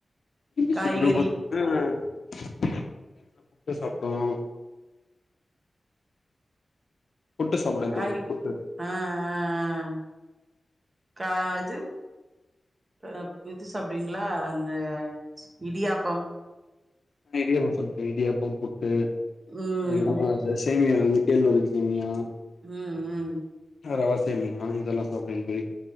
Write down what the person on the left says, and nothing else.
விரும்பி
சாப்டறத் பாத்தீங்ன்னா <inaudible> புட்டு சாப்டுவோ புட்டு சாப்டுவே
தோழி புட்டு
இடியாப்ப சொல் <unintelligible> இடியாப்பம் புட்டு
அதுக்கப்றோ <unintelligible> சேமியால வந்து கேழ்வரகு சேமியா
ரவசேமியா இதெல்லா சாப்டுவேங் தோழி